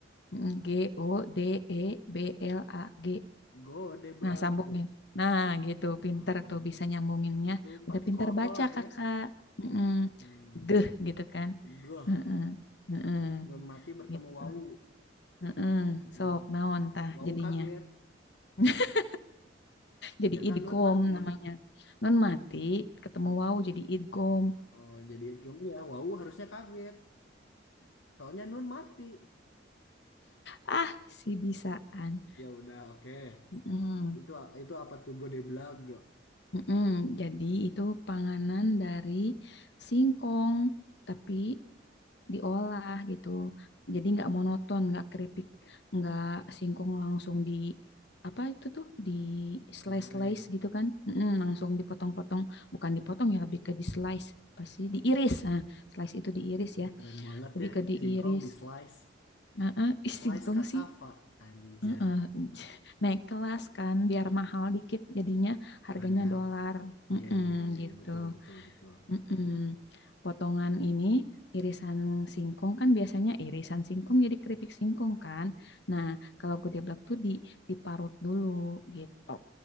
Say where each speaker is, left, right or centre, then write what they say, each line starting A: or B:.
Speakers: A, on the left (about 65°); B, on the left (about 85°).
A: Mm, G O D E B L A G
B: Godeblag.
A: Nah, sambungin. Nah, gitu. Pinter
B: Hmm,
A: tuh bisa nyambunginnya.
B: itu
A: Udah
B: pakai
A: pintar
B: kol-kolah
A: baca, kakak.
B: ya.
A: Mm-mm.
B: Hmm,
A: Geh, gitu kan.
B: goh.
A: Heeh, heeh,
B: Nun mati bertemu
A: gitu.
B: wau.
A: Heeh.
B: Hmm,
A: Sok, naon tah
B: wau
A: jadinya.
B: kaget.
A: <laughs> Jadi
B: Ya kan
A: idgom
B: nun mati.
A: namanya. Non mati, ketemu
B: Ber-
A: wau jadi idgom.
B: oh, jadi idgamnya wau harusnya kaget. Soalnya nun mati.
A: Ah, si bisaan.
B: Ya udah, oke.
A: Mm-mm.
B: Itu itu apa tuh Godeblag
A: Mm-mm, jadi itu panganan dari singkong, tapi diolah gitu. Jadi nggak monoton, nggak keripik, nggak singkong langsung di apa itu tuh di slice
B: digoreng.
A: slice gitu kan? Mm-mm, langsung dipotong-potong, bukan dipotong ya lebih ke di slice, pasti diiris. Nah, slice itu diiris ya,
B: Ih, keren banget
A: lebih
B: ya
A: ke diiris.
B: singkong di slice.
A: Nah, ah, <laughs> ih,
B: Slice
A: singkong
B: cassava
A: sih
B: anjay.
A: Heeh, <laughs> Naik kelas kan biar mahal dikit jadinya harganya
B: Keren ya.
A: dolar. Mm-mm,
B: Iya iya iya
A: gitu.
B: iya betul betul betul.
A: Mm-mm. Potongan ini irisan singkong kan biasanya irisan singkong jadi keripik singkong kan. Nah, kalau gedeblak tuh di diparut dulu gitu